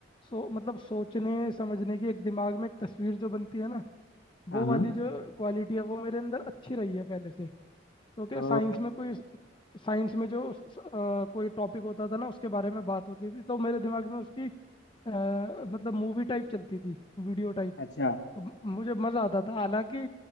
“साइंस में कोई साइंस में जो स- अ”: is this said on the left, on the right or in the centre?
Left